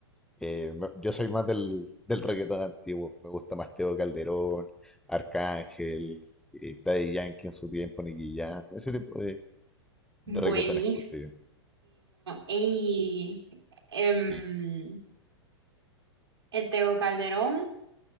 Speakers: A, in the centre; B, on the right.
A: Eh, me- yo soy más del, del reggaetón antiguo. Me gusta más Teo Calderón, Arcángel, eh, Daddy Yankee en su tiempo, Nicky Jam. Ese tipo de, de
B: Buenísimo.
A: reggaetón escucho yo.
B: Ey, em,
A: Sí,
B: el Tego Calderón,